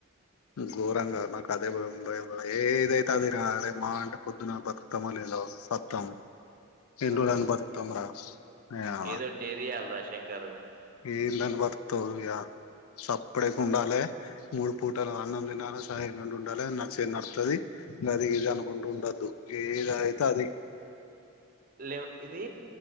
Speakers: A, on the left; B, on the right.
A: ఉ గోరంగా నాక్ అదే భయమ్ బయపడ ఏ ఏదయితే అదిరా అరే మాఅంటే పొద్దున బతుకతమో లేదో సత్తం ఎన్
B: అంతే
A: రోల్ అని బతుకుతమ్ రా నీయవ్వ
B: ఏదో డేర్ జెయల్ రా శంకరు
A: ఏందని బతుక్తవ్ ఇగ సప్పుడేకుండాలే
B: ఆ
A: మూడు పూటల అన్నం తినాలె సైర్న ఉండాలే నడిషేద్ నడుత్తది గది ఇది అనుకుంటుండద్దు ఏదైతె అది
B: లె ఇదీ